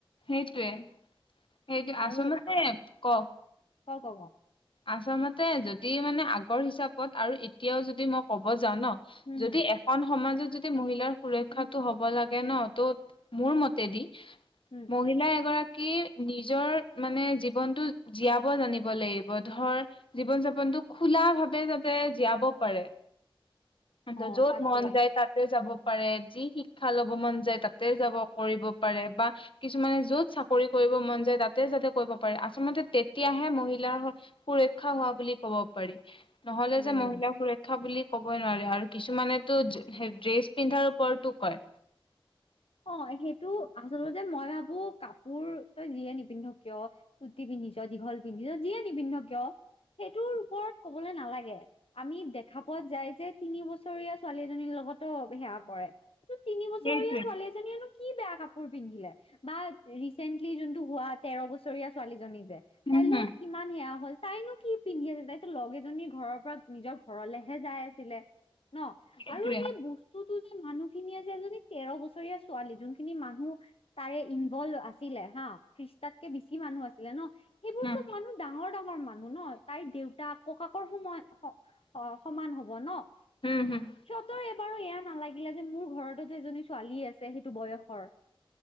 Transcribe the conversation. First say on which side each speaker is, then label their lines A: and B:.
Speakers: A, on the left (about 65°); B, on the left (about 80°).
A: সেইটোৱে সেইটোৱে আছলতে
B: আৰু
A: কওক
B: ক ক ক
A: আচলতে যদি মানে আগৰ হিচাপত আৰু এতিয়াও যদি মই ক'ব যাওঁ ন
B: হম
A: যদি
B: হম
A: এ- এখন সমাজত যদি মহিলাৰ সুৰক্ষাটো হ'ব লাগে ন ত মোৰ মতেদি
B: উম
A: মহিলা এগৰাকী নিজৰ মানে জীৱনটো জীয়াব জানিব লাগিব। <unintelligible> ধৰ জীৱন-যাপনটো খোলা ভাৱে যাতে জীয়াব পাৰে। <unintelligible>
B: অ
A: য'ত
B: তাকে
A: মন যাই তাত <unintelligible> যাব পাৰে, যি শিক্ষা ল'ব মন যায় তাতে যাব কৰিব পাৰে বা কিছুমানে য'ত চাকৰি কৰিব মন যায় তাতে যাতে কৰিব পাৰে আচলতে তেতিয়াহে মহিলাৰ <unintelligible> সুৰক্ষা হোৱা বুলি কব পাৰি। নহলে
B: উম
A: যে মহিলা সুৰক্ষা <unintelligible> সুৰক্ষা বুলি ক'বই নোৱাৰি আৰু কিছুমানেতো <unintelligible> ড্ৰেছ পিন্ধাৰ ওপৰতো কয়।
B: অঁ! সেইটো আচলতে মই ভাবো কাপোৰ তই যিয়ে নিপিন্ধ কিয় <unintelligible> চুটি পিন্ধিছ, দীঘল পিন্ধিছ যিয়ে নিপিন্ধ কিয় সেইটোৰ ওপৰত কবলৈ নালাগে। <unintelligible> আমি দেখা পোৱা যায় যে তিনি বছৰীয়া ছোৱালীজনীৰ লগতো সেয়া কৰে। <unintelligible> <unintelligible> তিনি বছৰীয়া
A: সেইটোৱে
B: ছোৱালী এজনীয়েনো কি বেয়া কাপোৰ পিন্ধিলে। বা ৰিচেন্টলি যোনটো হোৱা তেৰ বছৰীয়া ছোৱালীজনী যে
A: উম
B: তাই লগত
A: হম
B: কিমান সেয়া হ'ল <unintelligible> তাইনো কি পিন্ধি আছিল তাইতো লগ এজনীৰ ঘৰৰ পৰা নিজৰ ঘৰলেহে যাই আছিলে। <unintelligible> ন'
A: সেইটোৱে
B: আৰু সেই বস্তুটো যে মানুহখিনিয়ে যে এজনী তেৰ বছৰ <unintelligible> বছৰীয়া ছোৱালী যোনখিনি মানুহ তাৰে ইনভল্ভ আছিলে হা <unintelligible> ত্ৰিছ তাত কে বেছি মানুহ আছিলে ন। সেইবোৰ
A: উম
B: চব মানুহ ডাঙৰ-ডাঙৰ মানুহ ন' তাইৰ দেউতাক <unintelligible> ককাকৰ সময় <unintelligible> সমান হব ন'
A: হম হম
B: সিহঁতৰ এই <unintelligible> বাৰু এয়া নালাগিলে যে মোৰ ঘৰতো যে এজনী ছোৱালী আছে সেইটো বয়সৰ। <unintelligible>